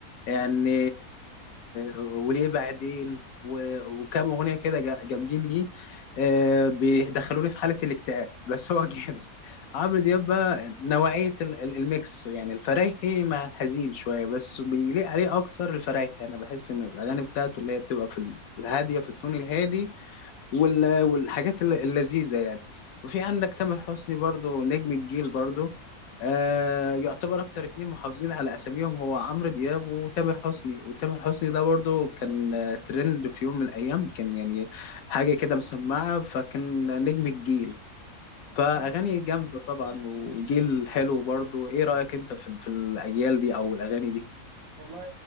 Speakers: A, on the left; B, on the right.
A: يعني
B: مم.
A: وليه بعدين و- وكام اغنيه كده جا- جامدين ليه آه، بيدخلوني في حاله الاكتئاب بس هو جامد <laughs> عمرو دياب بقى نوعيه ال- ال- الميكس يعني الفرايحي مع الحزين شويه بس بيليق عليه اكتر الفرايحي انا بحس ان الاغاني بتاعته اللي هي بتبقى في ال- الهاديه في التون الهادي وال- والحاجات الل- اللذيذة يعني وفي عندك تامر حسني برضو نجم الجيل برضو آه يعتبر أكتر اتنين محافظين على أساميهم هو عمرو دياب وتامر حسني وتامر حسني ده برضو كان آه، ترند في يوم من الأيام كان يعني حاجة كده مسمعة فكان نجم الجيل فأغاني
B: انا
A: جامدة طبعا وجيل حلو برضو إيه رأيك أنت في, في الأجيال دي أو الأغاني دي؟
B: والله